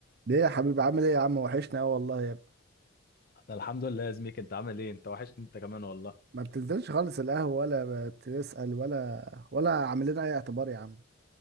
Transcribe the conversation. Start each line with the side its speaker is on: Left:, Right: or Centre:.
Right: ليه يا حبيبي عامل ايه يا عم وحشنا قوي والله يا ابني
Left: انا الحمد لله يا زميك انت عامل ايه انت وحشني انت كمان والله
Right: ما بتنزلش خالص القهوة ولا بتسأل ولا ولا عامل لنا اي اعتبار يا عم